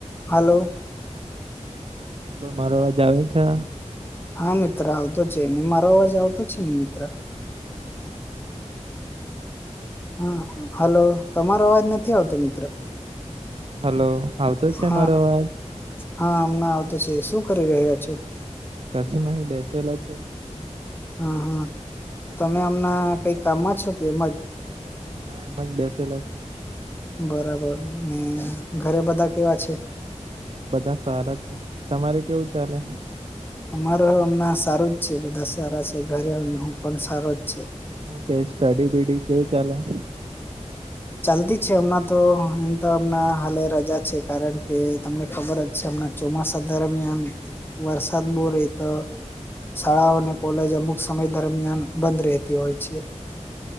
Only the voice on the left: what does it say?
Hello.
હા, મિત્ર આવતો છે, ને મારો અવાજ આવતો છે, ને મિત્ર?
હા હાલો તમારો અવાજ નથી આવતો મિત્ર
હા
હા, અમના આવતો છે, શું કરી રહ્યા છો?
હા, હા તમે અમના કઈ કામમાં છો, કે એમ જ?
બરાબર ને ઘરે બધા કેવા છે?
અમારો અમણાં સારું જ છે, બધા સારા છે, ઘરે હું પણ સારો જ છે.
ચાલતી છે, હમણાં તો એમ તો હમણા હાલે છે, કારણ કે તમને ખબર જ હમણા ચોમાસા દરમિયાન વરસાદ બો રેય તો શાળાઓ અને કોલેજ અમુક સમય દરમિયાન બંધ રહેતી હોય છે.